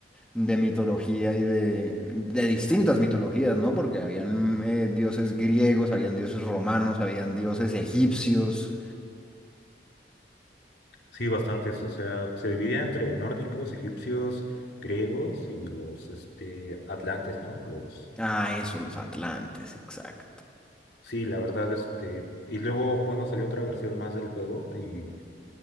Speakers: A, in the centre; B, on the left.
A: de mitología y de, de distintas mitologías, ¿no? Porque habían eh, dioses griegos, habían dioses romanos, habían dioses egipcios.
B: sí, bastantes, o sea, se dividía entre nórdicos, egipcios, griegos y los este, atlantes, ¿no? Los
A: Ah, eso, los atlantes, exacto.
B: Sí, la verdad, este, y luego, bueno, salió otra versión más del juego y